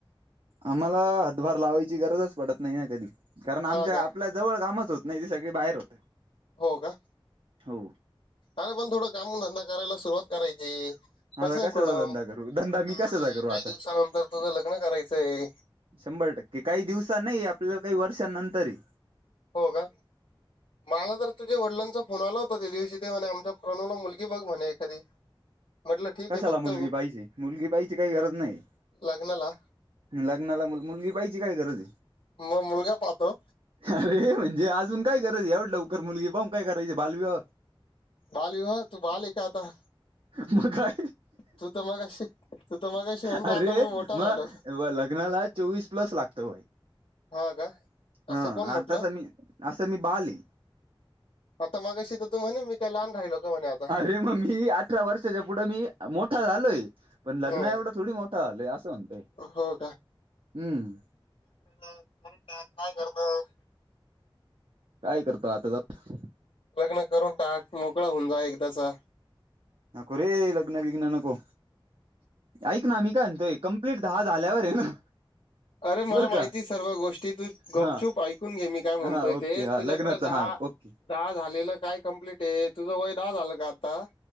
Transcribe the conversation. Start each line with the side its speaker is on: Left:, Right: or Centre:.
Right: आम्हाला हातभार लावायची गरजच पडत नाही ना कधी कारण आमच्या
Left: हा का
Right: आपल्या जवळ कामच होत नाही ती सगळी बाहेर होत
Left: हो का
Right: हो
Left: अरे पण थोडं काम धंदा करायला सुरुवात करायची.
Right: आता
Left: कसं आहे
Right: कशाचा
Left: प्रणव
Right: धंदा करू धंदा
Left: आता
Right: मी कशाचा करू
Left: काही
Right: आता.
Left: दिवसानंतर तुझं लग्न करायचंय.
Right: शंभर टक्के काही दिवस नाही आपल्याला काही वर्षांनंतरय.
Left: हो का. मला तर तुझ्या वडिलांचा फोन आला होता त्या दिवशी ते आमच्या प्रणवला मुलगी बघ म्हणे एखादी. <inaudible> ठीक
Right: कशाला
Left: आहे बघतो
Right: मुलगी
Left: मी
Right: पाहिजे, मुलगी पाहायची काही गरज नाही.
Left: लग्नाला
Right: लग्नाला मुलगी, पाहिची काय गरज ये.
Left: मग मुलगा पाहतो
Right: <inaudible> अरे म्हणजे अजून काय गरज एवढ लवकर मुलगी पाऊन काय करायची बाल विवाह.
Left: बालविवाह तू बाल ए का आता?
Right: मग काय?
Left: तू तर मगाशी तू तर मगाशी म्हणतो
Right: अरे!
Left: आता मी मोठा
Right: मग
Left: झालो
Right: लग्नाला चोवीस प्लस लागतो भाई
Left: हा का
Right: हा
Left: असं कोण म्हटलं
Right: आण तसा मी, असं मी बाल ये.
Left: आता मगाशी तर तू म्हणे मी काय लहान राहिलो का म्हणे आता
Right: अरे मग मी अठरा वर्षाच्या पुढे मी मोठा झालोय पण लग्न
Left: हं.
Right: एवढं थोडी मोठा झालोय असं म्हणतोय.
Left: हो
Right: हम्म
Left: क <unintelligible> रून टा काय करत.
Right: काय करतो आता तर
Left: लग्न करून टाक मोकळा होऊन जा एकदाचा.
Right: नको रे लग्न बिघ्न नको ऐक ना मी काय म्हणतोय कंप्लीट दहा झाल्यावर आहे ना.
Left: अरे मला
Right: बरं
Left: माहिती
Right: का
Left: सर्व गोष्टी तू गुपचूप
Right: हा
Left: ऐकून घे मी काय म्हणतोय
Right: हा ओके
Left: ते
Right: हा
Left: तुझ्याकडे
Right: लग्नाचं
Left: दहा
Right: हा ओके.
Left: दहा झालेलं काय कम्प्लीट आहे तुझं वय दहा झालं का आता?